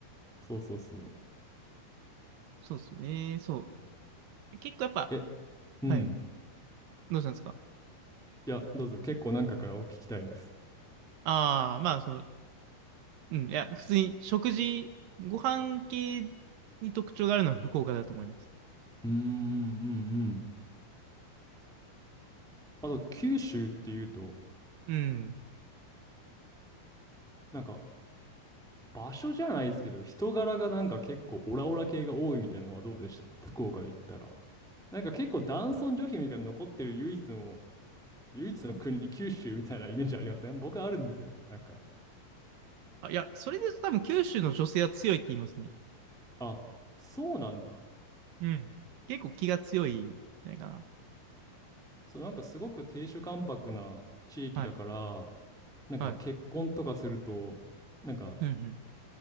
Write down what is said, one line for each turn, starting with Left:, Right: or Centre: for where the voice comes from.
Centre: そうそうそう。
Right: そうですよね。そう。結構やっぱ、
Centre: え、うん。
Right: はい。どうしたんですか
Centre: いや、どうぞ、結構なんかからお聞きたいです。
Right: ああ、まあ、その、うん、いや、普通に食事、ご飯系に特徴があるのは福岡だと思います。
Centre: うーん、うん、うん。あと、九州っていうと、
Right: うん。
Centre: なんか、場所じゃないですけど、人柄がなんか結構オラオラ系が多いみたいなのはどうでした福岡で言ったら。なんか結構男尊女卑みたいなの残ってる唯一の、唯一の国、九州みたいなイメージありません僕あるんですよね。なんか、
Right: あ、いや、それで多分九州の女性は強いって言いますね。
Centre: あ、そうなんだ。
Right: うん。結構気が強いんじゃないかな。
Centre: そう、なんかすごく亭主関白な地域だから、
Right: はい。
Centre: なんか結婚とかすると、
Right: はい。
Centre: なんか
Right: うん、